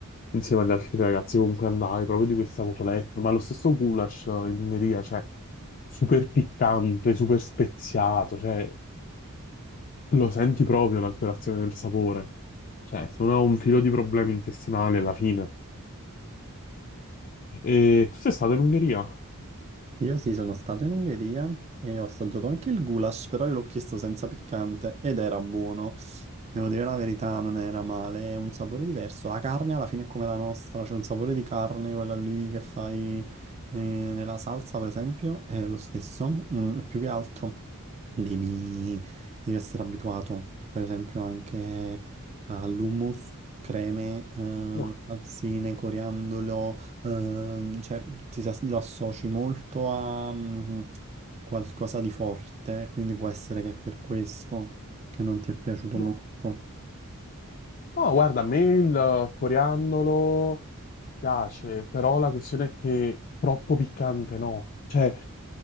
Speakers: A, on the left; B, on the right.
A: insieme agli altri ragazzi comunque andai, proprio di questa cotoletta, ma lo stesso goulash eh, in Ungheria, cioè, super piccante, super speziato, cioè, lo senti proprio l'alterazione del sapore. Cioè, se uno ha un filo di problemi intestinali alla fine. E tu sei stato in Ungheria?
B: Io sì, sono stato in Ungheria e ho assaggiato anche il goulash, però io l'ho chiesto senza piccante ed era buono. Devo dire la verità, non era male, è un sapore diverso. La carne alla fine è come la nostra, c'è un sapore di carne, quella lì che fai eh, nella salsa, per esempio, è lo stesso. Mm, e più che altro devi, devi essere abituato, per esempio, anche all'hummus, creme, eh,
A: No,
B: salsine, coriandolo, ehm, cioè ti, si as- lo associ molto a mm, qualcosa di forte, quindi può essere che è per questo che non ti è piaciuto
A: no.
B: molto.
A: No, guarda, a me il coriandolo piace, però la questione è che troppo piccante no. Cioè,